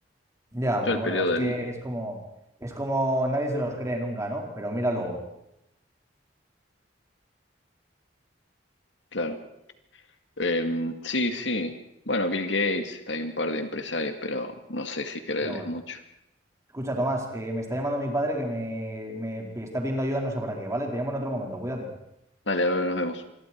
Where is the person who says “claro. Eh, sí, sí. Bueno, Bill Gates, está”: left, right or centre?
Left